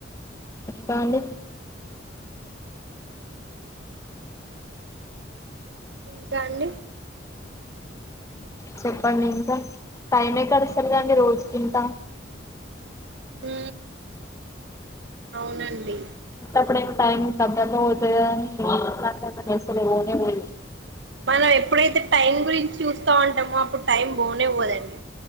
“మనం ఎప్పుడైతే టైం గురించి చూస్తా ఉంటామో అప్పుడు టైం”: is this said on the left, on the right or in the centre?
Right